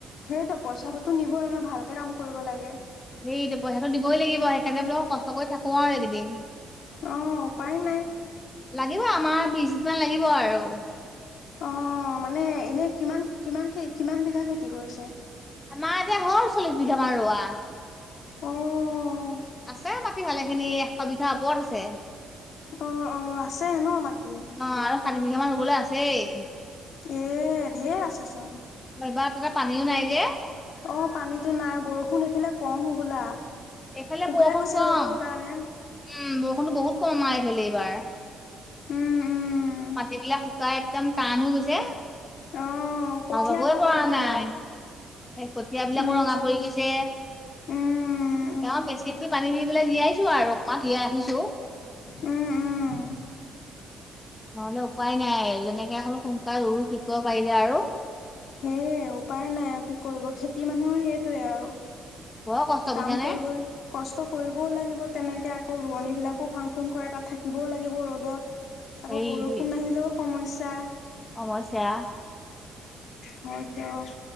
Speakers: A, on the left (about 70°); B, on the left (about 20°).
A: সেইটো পইচাটোতো নিবই ন, ভালকৈ কাম কৰিব লাগে।
B: সেইটো পইচাটো দই লাগিব সেইকাৰণে বোলে কষ্ট কৰি থাকো আৰু একেইদিন।
A: অ', উপায় নাই।
B: লাগিব আমাৰ বিশ দিন মান লাগিব আৰু।
A: অ', মানে এনেই কিমান, কিমান, কিমান বিঘা খেতি কৰিছে।
B: আমাৰ এতিয়া হ'ল চল্লিশ বিঘামান ৰোৱা।
A: অ'।
B: আছে মাটি ভালে খিনি এশ বিঘা ওপৰত আছে।
A: অ অ আছে ন মাটি
B: অ', আৰু ষাঠি বিঘা মান ৰুবলৈ আছেই।
A: এ, ধেৰ আছেচোন।
B: অ', এইবাৰ তাতে পানীও নাই যে।
A: অ', পানীতো নাই বৰষুণ এইফালে কম হ'বলা।
B: এইফালে
A: শুকাই
B: বৰষুণ
A: গৈছে
B: কম।
A: ৰ'দৰ কাৰণে
B: উম, বৰষুণতো বহুত কমাই আহিল এইবাৰ।
A: উম উম
B: মাটিবিলাক শুকাই একদম টান হৈ গৈছে।
A: অ কঠীয়া
B: হাল বাবয়ে
A: ক'ৰ
B: পৰা
A: হ'ব
B: নাই।
A: আৰু
B: সেই কঠিয়াবিলাকো
A: উম
B: ৰঙা পৰি গৈছে।
A: উম
B: তেওঁ পেচিকেট পানী দি পেলাই জীয়াইছো আৰু অকমান জীয়াই ৰাখিছোঁ।
A: উম, উম।
B: নহলে উপায় নাই যেনেকে এখন সোনকালে ৰুই শেষ কৰিব পাৰিলে আৰু।
A: সেয়ে উপায় নাই আৰু কি কৰিব খেতি মানুহৰ সেইটোৱে আৰু।
B: বৰ কষ্ট
A: কাম
B: বুইছা
A: কৰিব।
B: নে
A: কষ্ট কৰিবও লাগিব তেনেকে আকৌ ৰোৱনী বিলাকো ফাং ফুং কৰে তাত থাকিবও লাগিব ৰ'দত। আকৌ
B: এইটোৱে
A: বৰষুণ আহিলেও সমস্যা।
B: সমস্যা।
A: হয় দিয়ক।